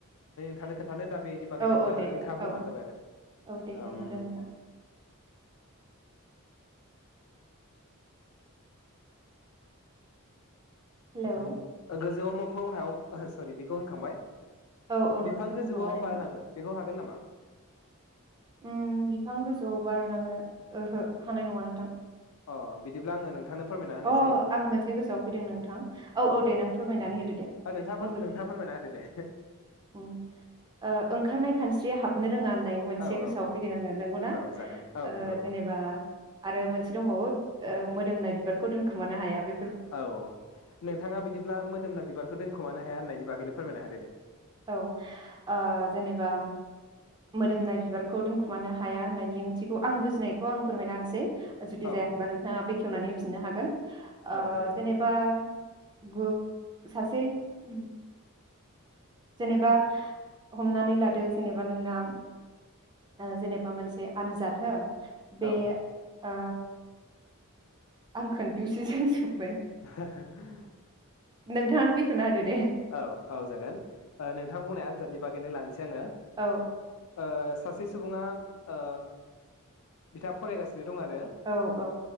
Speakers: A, on the left; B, on the right.
A: <unintelligible> खोनथानो बेनि बागै
B: औ
A: नोङो
B: औ दे
A: नोंथाङा
B: दे
A: बुंबानो
B: औ
A: जाबाय आरो
B: औ दे खोन्थादो
A: ओम
B: नोंथां हेलौ
A: <unintelligible> गोजौआव मो फौ हायाव सरि बेखौ होनखांबाय
B: औ औ नों
A: बिफां
B: होनखांबाय
A: गोजौआव
B: नोंथां
A: बारनाङो बेखौ गोन नामा?
B: उम बिफां गोजौआव बारनाङो ओहो हानाय नङा नोंथां।
A: अ बिदिब्ला आङो नोंथांनो फोरमायना होनोसै
B: अ आं मोनसे गोसोआव फैदों नोंथां। औ औ दे नों फोरमायनानै होदो दे
A: ओ नोंथाङाबो
B: बुंग्रोदो
A: नोंथाङा
B: दे
A: फोरमायना होदो दे
B: उम ओंखारनाय खानस्रिया हाब नो रोङा होननाय मोनसे
A: औ
B: गोसोआव
A: औ औ
B: फैदों आङो नंगौना?
A: औ जागोन औ
B: ओ
A: नंगौ नंगौ
B: जेनेबा आरो मोनसे दंबावो ओ मोदोमनाय बिबार खौ दोनखुमानो हाया बे
A: औ नोंथाङा बिदिब्ला मोदोमना बिबारखौ दोनखुमानो हाया होननायनि बागैनो फोरमायनो होदो दे।
B: औ ओ जेनेबा मोदोमनाय बिबारखौ दोनखुमानो हाया होननायनि ओंथिखौ आं बुजिनायखौ आं फोरमायना होनोसै। जुदि
A: औ
B: जायाखैबा नोंथाङा बे खेवनानै होफिननो हागोन
A: औ
B: ओ
A: जागोन
B: जेनेबा <unintelligible> सासे उम जेनेबा हमनानै लादो जेनेबा नोंना ओ जेनेबा मोनसे आनजाद हो बे
A: औ
B: ओ आं कनफिउसो जाजोब
A: <unintelligible>
B: नोंथाङानो बेखवना होदो दे।
A: औ औ जागोन ओ नोंथां बुंनाय आनजादनि बागैनो लानोसै। जोङो
B: औ
A: ओ सा सासे सुबुङा ओ बिथाङा फरायगासि दं आरो
B: औ औ